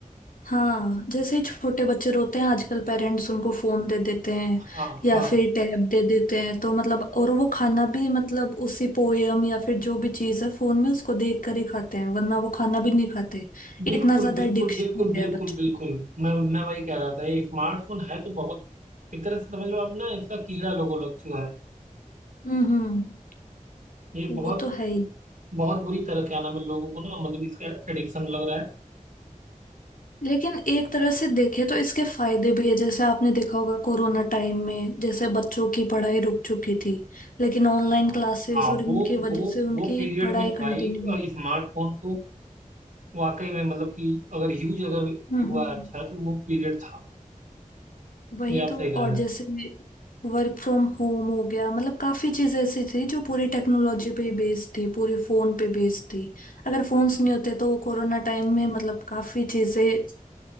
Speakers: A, on the left; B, on the right.
A: हाँ जैसे ही छोटे बच्चे रोते हैं आजकल पेरेंट्स उनको फोन दे देते हैं
B: हाँ
A: या
B: हाँ
A: फिर टैब दे देते हैं तो मतलब और वो खाना भी मतलब उसी पोयम या फिर जो भी चीज है फोन में उसको देख कर ही खाते हैं वरना वो खाना भी नहीं खाते
B: बिल्कुल
A: इतना ज्यादा
B: बिल्कुल
A: एडिक्शन
B: बिल्कुल
A: हो गया
B: बिल्कुल
A: है बच्चों
B: बिल्कुल
A: को
B: मैं मैं वही कह रहा था ये स्मार्टफोन है तो बहुत एक तरह से समझ लो आप ना इसका कीड़ा लोगों लग चुका है
A: हम्म हम्म
B: ये
A: वो
B: बहुत
A: तो है ही
B: बहुत बुरी तरह क्या नाम है लोगों को ना मतलब इसका एडिक्शन लग रहा है
A: लेकिन एक तरह से देखे तो इसके फायदे भी है जैसे आपने देखा होगा कोरोना टाइम में जैसे बच्चों की पढ़ाई रुक चुकी थी लेकिन ऑनलाइन
B: हाँ
A: क्लासेस
B: हाँ
A: और इनकी
B: वो
A: वजह
B: वो
A: से उनकी
B: वो पीरियड
A: पढ़ाई
B: में तो भाई
A: कंटिन्यू हुई
B: स्मार्टफोन को वाकई में मतलब कि अगर यूज अगर
A: हम्म
B: हुआ
A: हम्म
B: अच्छा तो वो पीरियड था
A: वही
B: ये आप
A: तो
B: सही कह
A: और
B: रहे हो
A: जैसे वर्क फ्रॉम होम हो गया मतलब काफी चीजें ऐसी थी जो पूरी टेक्नोलॉजी पे बेस्ड थी पूरी फोन पे बेस्ड थी अगर फोन्स नहीं होते तो कोरोना टाइम में मतलब काफी चीजें